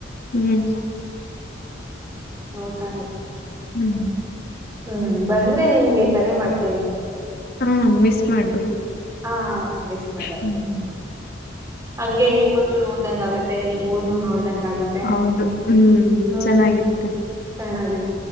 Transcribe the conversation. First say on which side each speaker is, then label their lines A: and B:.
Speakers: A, on the left; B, on the right.
A: ಹ್ಮ್
B: ನೋಡ್ತಾ ಇದಿನಿ
A: ಹ್ಮ್
B: ಹ್ಮ್ ಬಂದ್ರೆ ನಿಮ್ಗೆ ಕರೆ ಮಾಡ್ತೀನಿ.
A: ಹ್ಮು ಮಿಸ್ ಮಾಡ್ಬೇಡಿ.
B: ಹಾ ಮಿಸ್ ಮಾಡಲ್ಲ
A: ಹ್ಮ್
B: ಹಂಗೆ ನಿಮ್ಮನ್ನು ನೋ ನಿಮ್ಮುರ್ನು ನೋಡ್ದಂಗ ಆಗತ್ತೆ
A: ಹೌದು ಹ್ಮ್
B: ಹ್ಮ್
A: ಚೆನ್ನಾಗಿರುತ್ತೆ
B: ಚೆನ್ನಾಗಿ